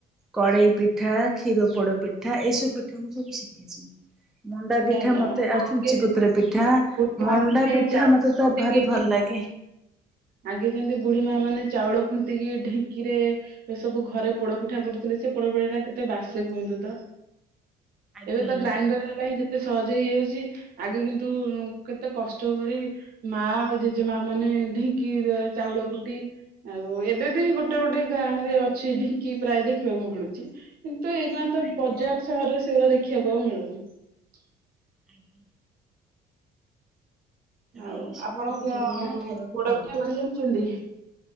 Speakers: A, in the centre; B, on the right (about 60°).
A: କଡେଇ ପିଠା, କ୍ଷୀର ପୋଡ ପିଠା ଏଇସବୁ ପିଠା ମୁଁ ସବୁ ଶିଖ୍ ଛି। ମଣ୍ଡା ପିଠା
B: ଆଜ୍ଞା
A: ମତେ ଆଉ
B: ଆଗେ
A: ଛୁଞ୍ଚିପତ୍ର ପିଠା
B: ବୁଢୀ ମା
A: ମଣ୍ଡା
B: ମାନେ
A: ପିଠା
B: ଚାଉଳ
A: ମତେ
B: ଫୁଣ୍ଟିକି
A: ତ ଭାରି ଭଲ ଲାଗେ।
B: ଆଗେ ଯେମିତି ବୁଢୀ ମା ମାନେ ଚାଉଳ ଖୁଣ୍ଟିକି ଢିଙ୍କିରେ ଏ ସବୁ ଘରେ ପୋଡପିଠା କରୁଥିଲେ ସେ ପୋଡପିଠା ଟା କେତେ ବାସେ କୁହନ୍ତୁ ତ।
A: ଆଜ୍ଞା
B: ଏବେ ତ ଗ୍ରାଇଣ୍ଡର ହେଲାଣି ଯେତେ ସହଜ ହେଇଯାଉଛି ଆଗେ କିନ୍ତୁ କେତେ କଷ୍ଟ କରିକି ମା ଆଉ ଜେଜେମା ମାନେ ଢିଙ୍କିରେ ଚାଉଳ କୁଟି ଆଉ ଏବେ ବି ଗୋଟେ ଗୋଟେ ଗାଁ ରେ ଅଛି ଢିଙ୍କି ପ୍ରାୟ ଦେଖିବାକୁ ମିଳୁଛି। କିନ୍ତୁ ଏଇଖିଣା
A: ଆଜ୍ଞା
B: ତ ବଜାର
A: ଆଜ୍ଞା
B: ସାହରରେ ସେଗୁଡା ଦେଖିବାକୁ ଆଉ ମିଳୁନି। <unintelligible>
A: ଆଜ୍ଞା।
B: ଆଉ
A: ଏଇ ସବୁ
B: ଆପଣ
A: ପିଠାପଣା
B: ପୋଡା
A: ଖାଇବାକୁ ଭଲ
B: ପିଠା
A: ଲାଗେ।
B: କରି ଜାଣିଛନ୍ତି?